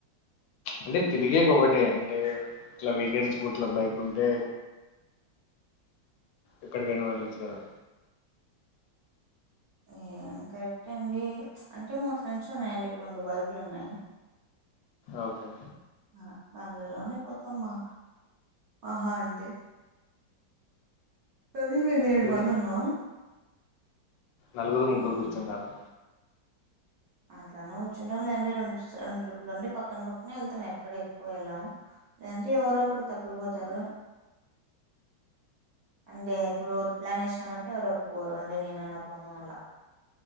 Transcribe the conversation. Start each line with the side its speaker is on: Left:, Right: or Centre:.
Left: అంటే తిరిగేక్ ఒకటే అంటే ఇట్లా వీకెండ్స్ గూట్ల బైక్ ఉంటే ఎక్కడికైనా వెళ్ళొచ్చు కదా
Right: ఇయ్య కరెక్టే అండి మ్చ్ అంటే మా ఫ్రెండ్స్ ఉన్నాయండి ఇప్పుడు రెండు బైకులు ఉన్నాయి.
Left: ఓకే
Right: ఆ ఆన్లోనే పోతామ్ ఆ ఆహా అంటే ప్రదిబ్ మేము ఏడు
Left: మీరు
Right: మంది ఉన్నాము
Left: నలుగురు
Right: ఉమ్,
Left: ముగ్గురు కూర్చుంటాము
Right: అట్లానే కూర్చుంటం లేదంటే రెండు రెండు ట్రిప్పులు అంటే పక్కన పక్కనే వెళ్తాం ఎక్కడ ఎక్కువ వెళ్ళాం లేదంటే ఎవరో ఒకరు తప్పిపోతారు అంటే ఇప్పుడు ప్లాన్ వేసినాము అంటే ఎవరో ఒకరు పోరు అంటే నేను అన్నా పోను అలా